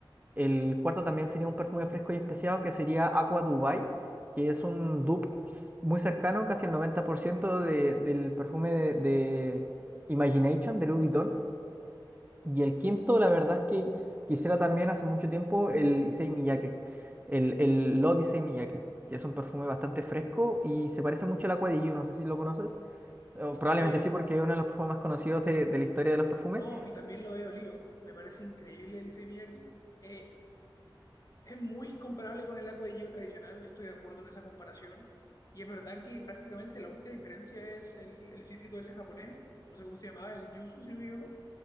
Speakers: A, on the right; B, on the left.
A: El cuarto también sería un perfume fresco y especiado, que sería Aqua Dubai, que es un dupe muy cercano, casi el 90% de- del perfume de, de Imagination, de Louis Vuitton y el quinto, la verdad es que quisiera también hace mucho tiempo el Issey Miyake, el, el Lot Issey Miyake, que es un perfume bastante fresco y se parece mucho al Aqua di Giu, no sé si lo conoces, o probablemente
B: Sí,
A: sí porque es uno de los perfumes más conocidos de, de la historia de los perfumes.
B: No, y también lo he olido. Me parece increíble el Issey Miyake. Eh, es muy comparable con el Agua de Yo tradicional. Yo estoy de acuerdo en esa comparación. Y es verdad que prácticamente la única diferencia es el, el cítrico ese japonés. No sé cómo se llamaba, el yuzu, si no me equivoco.